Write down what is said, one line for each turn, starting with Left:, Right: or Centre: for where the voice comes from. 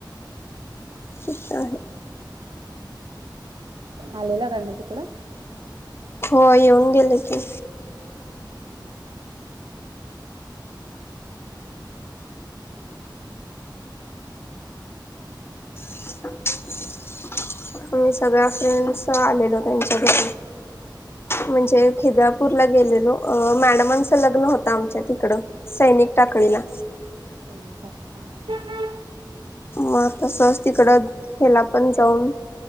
Left: ठीक आहे.
Right: आलेला काय मग तिकडं.
Left: हो येऊन गेले की.
Right: हम्म..
Left: ह <inaudible> आ-मीही सगळ्या फ्रेंड्स आलेलो त्यांच्या घरी. म्हणजे खिदापूर ला गेलेलो. लो मॅडमांचं लग्न होत आमच्या तिकड सैनिक टाकळीला.
Right: हा.
Left: मग तसच तिकडं हिला पण जाऊन.